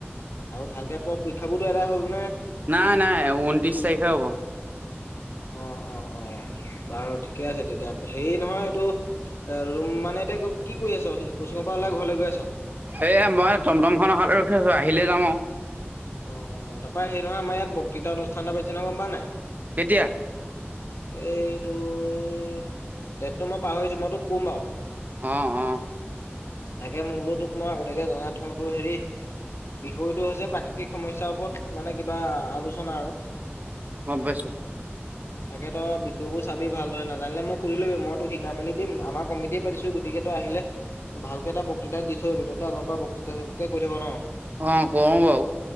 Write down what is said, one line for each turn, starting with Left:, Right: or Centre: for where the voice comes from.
Left: আৰু ভালকে পঢ় পৰীক্ষাবোৰতো এদাই হ'লগে।
Right: নাই নাই ঊনত্ৰিশ তাৰিখে হব।
Left: অ অ অ বাৰু ঠিকে আছে, তেতিয়া হেৰি নহয় এইটো ৰুম মানে এতিয়া কি কৰি আছ কোচিঙৰ পৰা ওলাই ঘৰলৈ গৈ আছ
Right: এয়া মই টমটম খন ত ভালে ৰখি আছো আহিলে যাম আৰু।
Left: অ তাৰ পৰা সেই নহয় আমাৰ ইয়াত বক্তৃতা অনুষ্ঠান এটা বিছিনা গম পোৱা নাই।
Right: কেতিয়া?
Left: এইটোৰ ডেটটো মই পাহৰিছো মই তোক কম বাৰু।
Right: অ অ।
Left: তাকে মই বোলো তোক মই আগতীয়াকে জনাই থওঁ তোৰ হেৰি বিষয়টো হৈছে প্ৰাকৃতিক সমস্যাৰ ওপৰত মানে কিবা আলোচনা আৰু।
Right: গম পাইছোঁ।
Left: তাকেতো বিষয়বোৰ চাবি ভালদৰে নাজানিলে মোক সুধি লবি মইতো শিকাই মেলি দিম আমাৰ কমিটিয়ে পাতিছো গো গতিকে তই আহিলে ভালকে এটা বক্তৃতা দি থৈ যাবি। তই ত আগৰ পৰা বক্তৃতা চক্তিতা কৰি থাক ন?
Right: অ কওঁ বাৰু।